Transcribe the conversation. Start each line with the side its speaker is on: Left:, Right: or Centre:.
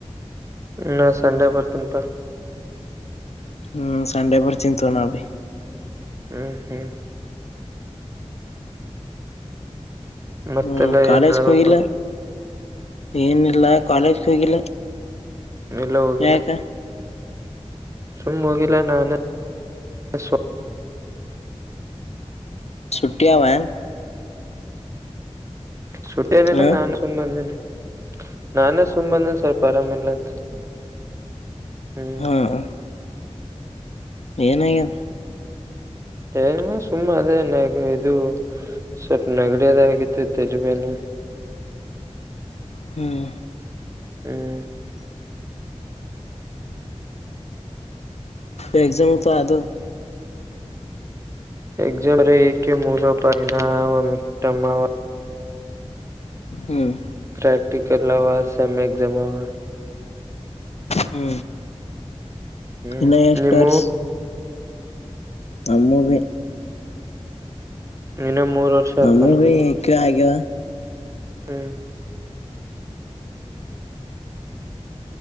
Right: ನಾ ಸಂಡೆ ಬರ್ತೀನಪಾ.
Left: ಹ್ಮ್ ಸಂಡೆ ಬರ್ತಿ ತಗೋ ನಾ ಭಿ.
Right: ಹ್ಮ್ ಹ್ಮ್. ಮತ್ತೆಲ್ಲ
Left: ಹ ಕಾಲೇಜ
Right: ಏನ್ ನಡದಪ್ಪ
Left: ಹೋಗಿಲ್ಲ ಏನಿಲ್ಲ ಕಾಲೇಜ ಹೋಗಿಲ್ಲ.
Right: ಇಲ್ಲ ಹೋಗಿಲ್ಲ.
Left: ಯಾಕ
Right: ಸುಮ್ನೆ ಹೋಗಿಲ್ಲ ನಾನೇ ನಾನ ಸ್.
Left: ಸೂಟ್ಟ ವ್ಯಾನ್.
Right: ಸುಟ್ಟಿ ನಿಲ್ಲ
Left: ಹ್ಮ್
Right: ನಾನು ಸುಂಬ ಬಂದನಿ ನಾನೇ ಸುಂಬ್ ಬಂದೇನಿ ಸ್ವಲ್ಪ ಆರಾಮಿಲ್ಲ ಅಂತ. ಹ್ಮ್
Left: ಹ್ಮ. ಏನಾಗ್ಯ.
Right: ಏನ್ ಸುಮ್ಮ ಅದೇ ನಗ ಇದು ಸ್ವಲ್ಪ ನಗಡಿಯದ ಆಗಿತ್ತು ತಲಿಬೇನೆ.
Left: ಹ್ಮ್.
Right: ಹ್ಮ್
Left: ಎಗಜಾಮ ತ ಆದು.
Right: ಎಕ್ಾಮ ರ ಎೆ ಮುಪಾಯನಾ ಹವ ಮ.
Left: ಹ್ಮ್.
Right: ಪ್ರೆಕ್ಟಿಕಲ್ ಆ ಸೆಮ ಎಕ್ಸಾಮ್ ಅವ.
Left: ಹ್ಮ
Right: ಹ್ಮ್
Left: ಇನ್ನ ಸ್ಟರ್ಸ್.
Right: ನಿಮ್ಮು
Left: ನಮ್ಮಗೆ.
Right: ಇನ್ನ ಮೂರ್ ವರ್ಷ ಆಯ್ತ
Left: ಅಮಗೂ
Right: ನಮ್ದು
Left: ಐಕೆ ಅಗವ.
Right: ಹ್ಮ್.